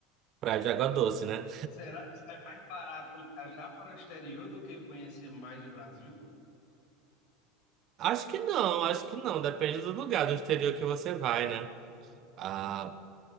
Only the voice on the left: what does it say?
Será que é mais barato viajar para o exterior do que conhecer mais o Brasil?